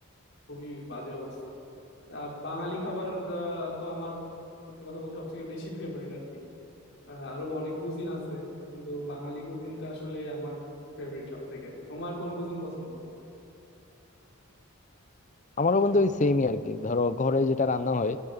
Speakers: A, on the left; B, on the left.
A: খুবই বাজে অবস্থা তা বাঙালি খাবার আহ, তো আমার সত্যি কথা বলতে সব থেকে বেশি <laughs> ফেভারিট আর কি আহ, আরো অনেক কুজিন আছে কিন্তু বাঙালি কুজিনটা আসলে আমার ফেভারিট সব থেকে তোমার কোন কুজিন পছন্দ
B: আমারও বন্ধু ওই সেমই আর কি ধরো ঘরে যেটা রান্না হয়